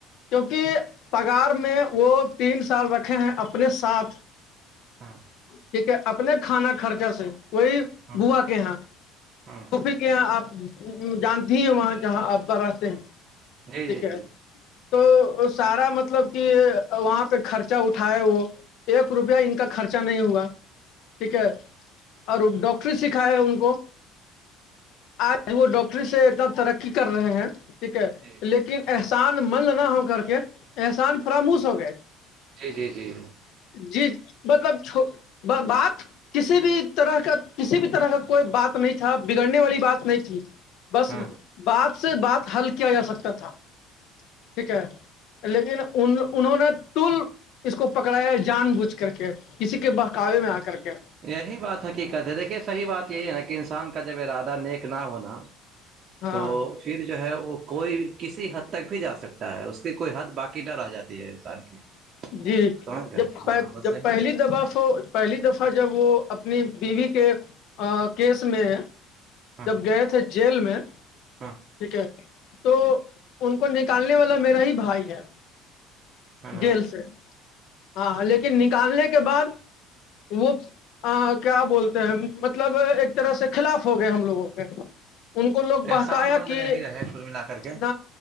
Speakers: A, on the left (about 60°); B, on the right (about 35°).
A: کیونکہ پگار میں وہ تین سال رکھے ہیں اپنے ساتھ
B: ہاں
A: ٹھیک ہے اپنے کھانا خرچہ سے وہی
B: ہاں
A: بووا کے یہاں
B: ہاں
A: توف یہاں آپ جانتی ہیں وہاں جہاں آ بار آتے ہیں
B: جی
A: ٹھیک
B: جی
A: ہے
B: جی
A: تو سارا مطلب کہ وہاں پہ خرچہ اٹھاائے وہ ایک روپیہ ان کا خرچہ نہیں ہوا ٹھیک ہے اور ڈاکٹری سکھائے ان کو آج وہ ڈاکٹری سے اتنا ترقی کر رہے ہیں ٹھیک ہے
B: جی
A: لیکن احسان من نہ ہو کر کے احسان فراموش ہو گئے
B: جی جی جی
A: جی مطلب چھو بات کسی بھی طرح کا کسی بھی طرح کا کوئی بات نہیں تھا بگڑنے والی بات نہیں تھی بس
B: ہاں
A: بات سے بات حل کیا جا سکتا تھا ٹھیک ہے لیکن ان انہوں نے تول اس کو پکڑایا جان بوجھ کر کے کسی کے بہکاوے میں آ کر کے
B: یہی بات حقیقت ہے دیکھیے صحی بات یہی ہے نا کہ انسان کا جب ارادہ نیک نہ ہونا
A: ہاں
B: تو پھر جو ہے وہ کوئی کسی حد تک بھی جا سکتا ہے اس کی کوئی حد باقی نہ رہ جاتی ہے انسان کی
A: جی
B: سمجھ گئے
A: جب
B: ہاں بس
A: جب
B: صحیح
A: پہلی دبا ہو ہو پہلی دفعہ جب وہ اپنی بیوی کے کیس میں
B: ہاں
A: جب گئے تھے جیل میں
B: ہاں
A: ٹھیک ہے تو ان کو نکالنے والا میرا ہی بھائی ہے
B: ہے نا
A: جیل سے ہاں لیکن نکالنے کے بعد وہ ہاں کیا بولتے ہیں مطلب ایک طرح سے خلاف ہو گئے ہم لوگوں کے ان کو لوگ بہکایا
B: احسان مند
A: کہ
B: نہیں رہے کل ملا کر کے
A: ن